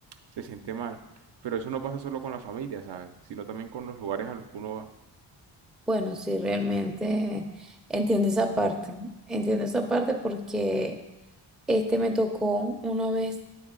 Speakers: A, on the right (about 65°); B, in the centre.
A: se siente mal. Pero eso no pasa solo con la familia, ¿sabes? Sino también con los lugares a los que uno va.
B: bueno, sí, realmente entiendo esa parte, entiendo esa parte porque este me tocó una vez